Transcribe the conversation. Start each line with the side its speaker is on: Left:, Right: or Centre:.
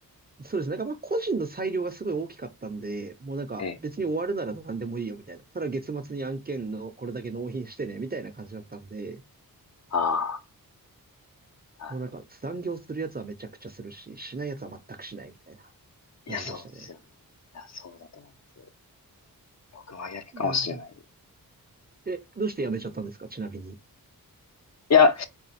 Right: そうですね。なんかまあ個人の裁量がすごい大きかったんで、もうなんか別に終わるなら何でもいいよみたいな。
Left: ええ。
Right: ただ月末に案件のこれだけ納品してね、みたいな感じだったんで、
Left: ああ、なるほど
Right: もうなんか残業するやつはめちゃくちゃするし、しないやつは全くしないみたいな
Left: いや、
Right: 感じでしたね。
Left: そうですよね。いや、そうだと思います。僕は逆かもしれない。
Right: いやーでも、
Left: い
Right: え、どうして辞めちゃったんですかちなみに。
Left: や、